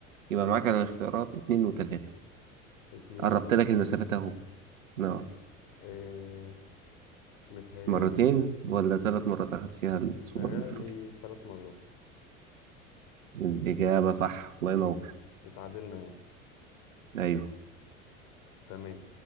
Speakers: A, on the right; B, on the left.
A: يبقى معاك على الاختيارات اتنين وتلاتة
B: اتنين
A: قربت
B: وتلاتة
A: لك المسافات اهو نعم
B: اه متهيألي
A: مرتين ولا ثلاث مرات اخد فيها السوبر
B: متهيألي
A: الافريقي
B: تلات مرات
A: الاجابة صح الله ينور
B: اتعادلنا يعني
A: ايوه
B: تمام